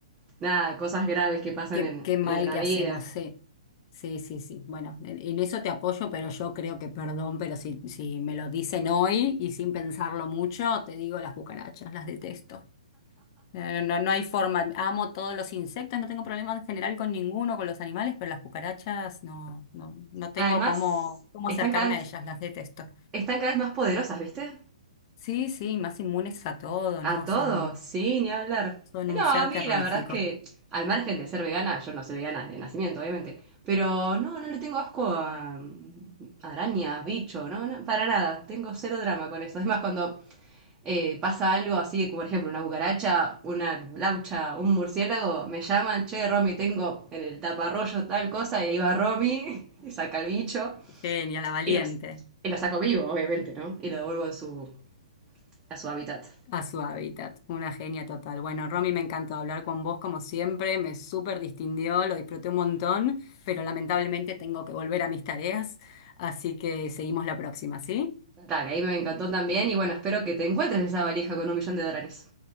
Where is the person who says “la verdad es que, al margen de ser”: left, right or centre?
Right